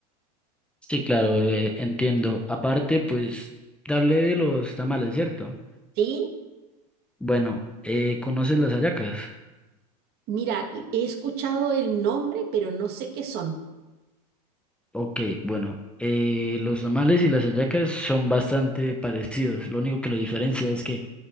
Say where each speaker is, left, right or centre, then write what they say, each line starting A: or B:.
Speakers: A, in the centre; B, on the right.
A: Sí, claro, eh, entiendo. Aparte, pues, darle de los tamales, ¿cierto?
B: Sí,
A: Bueno, eh, ¿conoces las hallacas?
B: mira, he escuchado el nombre, pero no sé qué son.
A: Ok, bueno, eh, los tamales y las hallacas son bastante parecidos. Lo único que lo diferencia es que